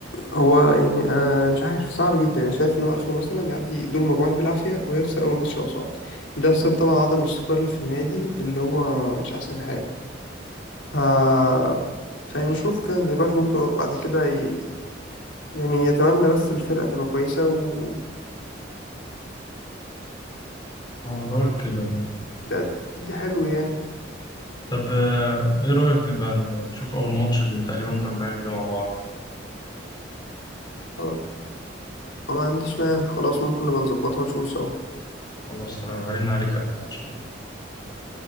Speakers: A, on the left (about 85°); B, on the left (about 25°).
A: هو يعني أنا مش عارف صعب جدا أنا شايف إن هو آخره مثلا يعدي دور المجموعات بالعافية ويخسر أول ماتش لو صعد ده بسبب طبعا عدم الاستقرار اللي في النادي اللي هو مش أحسن حاجة آه فنشوف كان الواحد ممكن بعد كده ي... يعني يتمنى بس الفرقة تبقى كويسة و...
B: آه، بقول كده برضه
A: وتأدي حلو يعني
B: طب آه، ايه رأيك نبقى نشوف أول ماتش بين الأهلي وإنتر ميامي ده مع بعض
A: خلاص، ما عنديش مانع خلاص ممكن نبقى نظبطها ونشوف سوا
B: خلاص تمام هرن عليك قبلها عشان